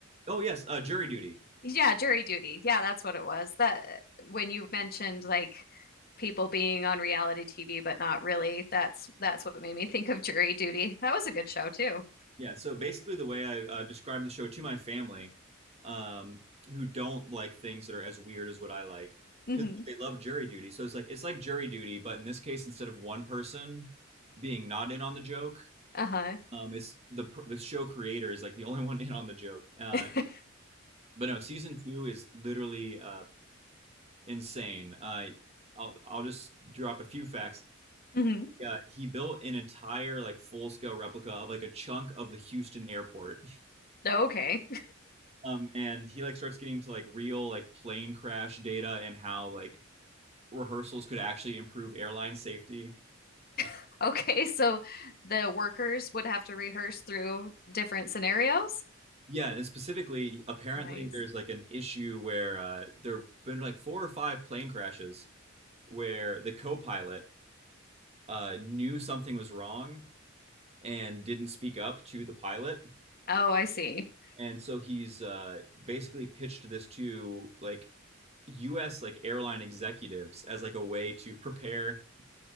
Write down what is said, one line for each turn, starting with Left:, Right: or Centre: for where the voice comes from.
Right: Oh yes, uh, jury duty.
Left: Yeah, Jury Duty. Yeah, that's what it was. That when you mentioned like people being on reality TV but not really, that's that's what made me think of Jury Duty. That was a good show too.
Right: Yeah. So basically, the way I uh, described the show to my family, um, who don't like things that are as weird as what I like,
Left: hmm
Right: because they love jury duty. So it's like it's like jury duty, but in this case, instead of one person being not in on the joke,
Left: Uh-huh.
Right: um, it's the the show creator is like the only <laughs> one in on the joke. Uh,
Left: <laughs>
Right: but no, season two is literally. Uh, insane. Uh, I'll I'll just drop a few facts.
Left: hmm
Right: Uh, he built an entire like full scale replica of like a chunk of the Houston airport. <laughs>
Left: Okay.
Right: Um, and he like starts getting into like real like plane crash data and how like rehearsals could actually improve airline safety. Uh,
Left: <laughs> Okay, so the workers would have to rehearse through different scenarios?
Right: yeah, and specifically, apparently
Left: Nice.
Right: there's like an issue where uh, there've been like four or five plane crashes where the co-pilot uh, knew something was wrong and didn't speak up to the pilot
Left: Oh, I see.
Right: And so he's uh, basically pitched this to like U.S. like airline executives as like a way to prepare